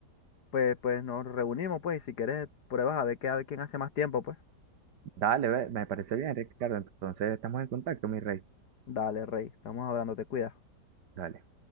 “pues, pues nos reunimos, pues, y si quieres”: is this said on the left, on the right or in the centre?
Left